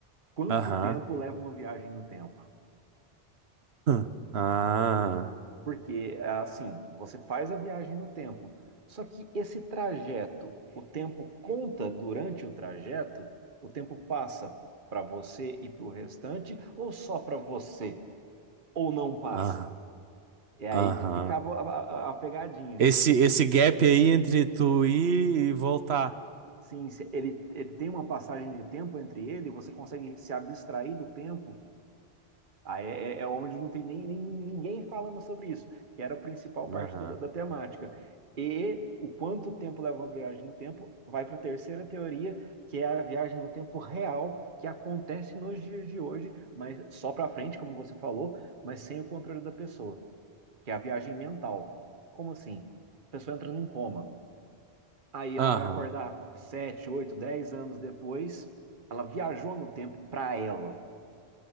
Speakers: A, on the right; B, on the right.
A: Quanto
B: Aham.
A: tempo leva uma viagem no tempo?
B: Hum. Ah.
A: Porque, assim, você faz a viagem no tempo. Só que esse trajeto, o tempo conta durante o trajeto? O tempo passa para você e para o restante, ou só para você? Ou não passa?
B: Ah,
A: É aí
B: aham.
A: que ficava a, a- a pegadinha.
B: Esse, esse
A: E
B: gap aí entre tu ir e voltar.
A: sim, se ele, ele tem uma passagem de tempo entre ele, você consegue se abstrair do tempo. Aí é, é- é onde não tem nem, nem- ninguém falando sobre isso, que era a principal parte
B: Aham.
A: do- da temática. E o quanto tempo leva uma viagem no tempo vai para a terceira teoria, que é a viagem no tempo real, que acontece nos dias de hoje, mas só para frente, como você falou, mas sem o controle da pessoa, que é a viagem mental. Como assim? A pessoa entra num coma. Aí
B: Aham.
A: ela vai acordar 7, 8, 10 anos depois, ela viajou no tempo para ela.